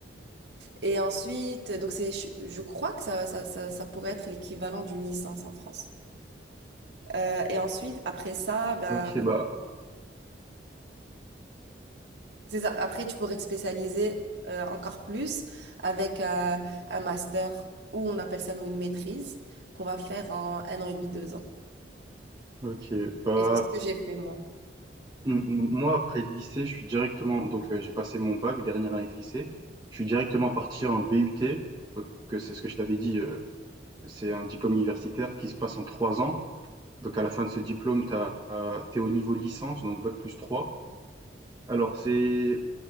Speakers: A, on the right (about 70°); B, on the right (about 20°).
A: Et ensuite, donc c'est, je, je crois que ça, ça, ça, ça pourrait être l'équivalent d'une licence en France. Euh, et ensuite, après ça, ben,
B: ok, bah,
A: C'est ça. Après, tu pourrais te spécialiser euh, encore plus avec euh, un master ou on appelle ça nous une maîtrise qu'on va faire en un an et demi, deux ans.
B: ok, bah,
A: Et c'est ce que j'ai fait moi.
B: M- m- Moi, après le lycée, je suis directement, donc euh, j'ai passé mon bac, dernière année de lycée, je suis directement parti en BUT, donc euh, c'est ce que je t'avais dit, euh, c'est un diplôme universitaire qui se passe en trois ans. Donc à la fin de ce diplôme, t'as, euh, t'es au niveau licence, donc bac plus 3. Alors c'est,